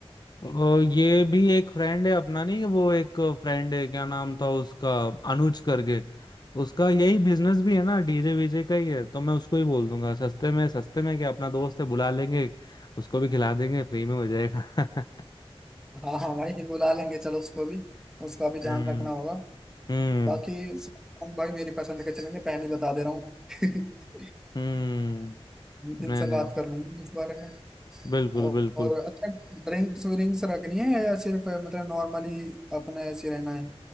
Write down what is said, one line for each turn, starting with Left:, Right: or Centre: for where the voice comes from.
Left: और ये भी एक फ्रेंड है अपना नहीं वो एक फ्रेंड है क्या नाम था उसका अनुज करके उसका यही बिजनेस भी है ना डीजे वीजे का ही है तो मैं उसको ही बोल दूंगा सस्ते में सस्ते में क्या अपना दोस्त है बुला लेंगे उसको भी खिला देंगे फ्री में हो जाएगा <laughs>
Centre: हाँ हाँ भाई बुला लेंगे चलो उसको भी उसका भी ध्यान
Left: हम्म
Centre: रखना होगा
Left: हम्म
Centre: बाकी भाई मेरी पसंद के चलेंगे पहले ही बता दे रहा हूँ <laughs>
Left: हम्म
Centre: नितिन
Left: नहीं
Centre: से
Left: नहीं
Centre: बात कर लूंगी इस बारे में
Left: बिल्कुल
Centre: औ-
Left: बिल्कुल
Centre: और अच्छा ड्रिंक्स विंक्स रखनी है या सिर्फ मतलब नॉर्मली अपने ऐसे रहना है